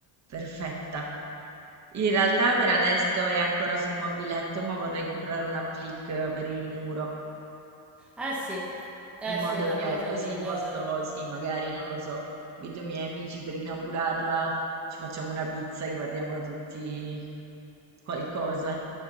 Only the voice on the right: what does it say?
Perfetta. In realtà per adesso è ancora su un mobiletto, ma vorrei comprare un applique per il muro,
in modo
che
così
posso, sì, magari, non lo so, invito i miei amici per inaugurarla, ci facciamo una pizza e guardiamo tutti qualcosa.